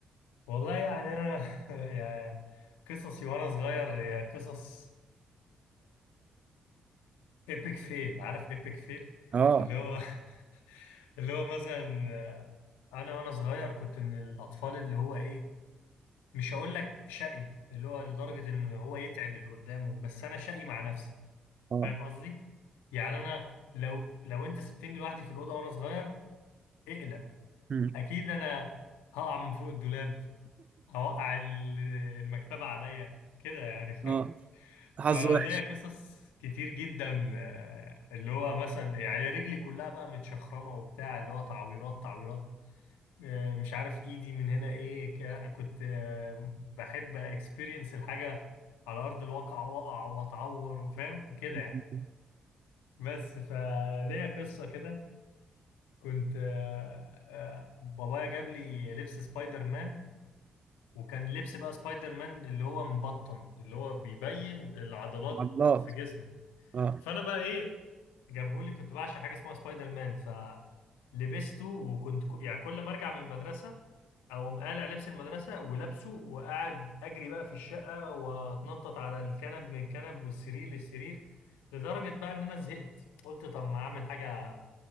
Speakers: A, on the left; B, on the right.
A: والله يعني انا <laughs> يا قصصي وانا صغير يا قصص ايبك فيل عارف ايبك فيل
B: اه
A: اللي هو <laughs> اللي هو مثلا آه، انا وانا صغير كنت من الاطفال اللي هو ايه مش هقول لك شقي اللي هو لدرجه ان هو يتعب اللي قدامه بس انا شقي مع نفسي
B: اه
A: فاهم قصدي يعني انا لو لو انت سبتني لوحدي في الاوضه وانا صغير اقلق
B: مم.
A: اكيد انا هقع من فوق الدولاب هوقع ال- المكتبه عليا كده يعني فاهم
B: اه
A: فليا
B: حظ وحش
A: قصص كتير جدا آه، اللي هو مثلا يعني رجلي كلها بقى متشخرمه وبتاع اللي هو تعويرات تعويرات آه، مش عارف ايدي من هنا ايه ك- كنت آه، بحب اكسبيرينس الحاجه على ارض الواقع واقع واتعور وفاهم كده
B: <laughs>
A: يعني بس فليا قصة كده كنت آه، آه، بابايا جاب لي لبس سبايدر مان وكان لبس بقى سبايدر مان اللي هو مبطن اللي هو بيبين العضلات
B: عضلات
A: في جسمه
B: اه
A: فأنا بقى إيه جابهولي كنت بعشق حاجة اسمها سبايدر مان فلبسته وكنت ك- يعني كل ما أرجع من المدرسة أقوم قالع لبس المدرسة ولابسه وقاعد أجري بقى في الشقة وأتنطط على الكنب من الكنب والسرير للسرير لدرجة بقى إن أنا زهقت قلت طب ما أعمل حاجة